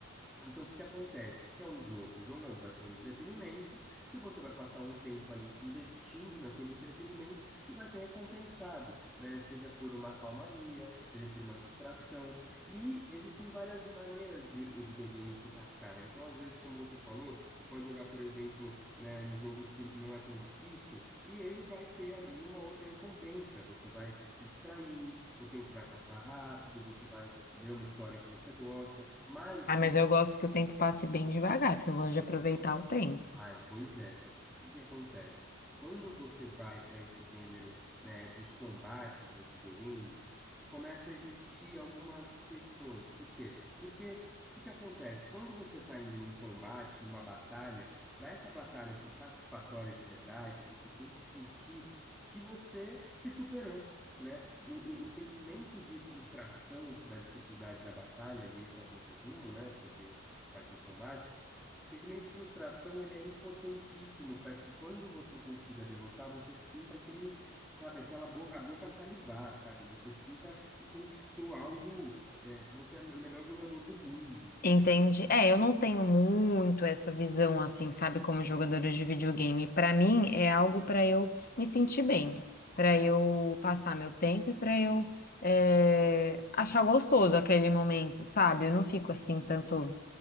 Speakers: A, in the centre; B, on the left.
A: Então, o que que acontece? O que que é um jogo? Um jogo é- um, vai ser um entretenimento que você vai passar um tempo ali investindo naquele entretenimento e vai ser recompensado, né? Seja por uma calmaria, seja por uma distração. E existem várias maneiras de o videogame te impactar, né? Então, às vezes, como você falou, você pode jogar, por exemplo, né, um jogo que não é tão difícil e ele vai ter ali uma outra recompensa. Você vai se distrair. O tempo vai passar rápido, você vai ver uma história que você gosta, mas
B: Ah,
A: existe
B: mas eu gosto que o tempo passe bem devagar, porque eu gosto de
A: então,
B: aproveitar o tempo.
A: ai, pois é, só que o que que acontece? Quando você vai para esse gênero, né, dos combates nos videogames, e começa a existir algumas questões. Por quê? Porque o que que acontece? Quando você está indo num combate, numa batalha, para essa batalha ser satisfatória de verdade, você tem que sentir que você se superou. Né? O, o- o sentimento de frustração da dificuldade da batalha, e esse é o meu resumo, né, sobre essa parte do combate, o sentimento de frustração, ele é importantíssimo para que quando você consiga derrotar, você sinta aquele, sabe, aquela boca, a boca salivar, sabe? Você sinta que conquistou algo, né, que você é o melhor jogador do mundo, entendeu?
B: entende É, eu não tenho muito essa visão assim, sabe, como jogadora de videogame. Pra mim é algo pra eu me sentir bem, pra
A: Uhum.
B: eu passar meu tempo e pra eu é, achar gostoso aquele momento, sabe? Eu não fico assim tanto